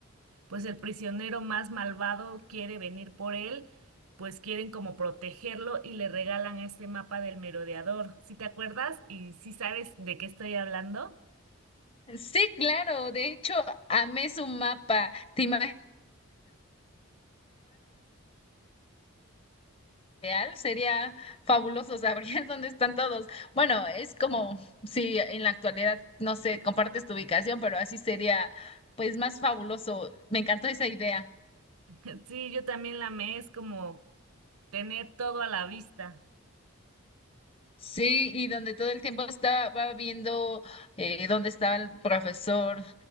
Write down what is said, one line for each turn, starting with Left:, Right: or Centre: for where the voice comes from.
Right: pues el prisionero más malvado quiere venir por él, pues quieren como protegerlo y le regalan este mapa del merodeador. ¿Sí te acuerdas? ¿Y sí sabes de qué estoy hablando?
Left: Sí, claro, de hecho, amé su mapa. ¿Te imaginas Real sería fabuloso, sabrías <laughs> dónde están todos. Bueno, es como si en la actualidad, no sé, compartes tu ubicación, pero así sería pues más fabuloso. Me encantó esa idea.
Right: <laughs> Sí, yo también la amé, es como tener todo a la vista.
Left: Sí, y donde todo el tiempo estaba va viendo eh, dónde estaba el profesor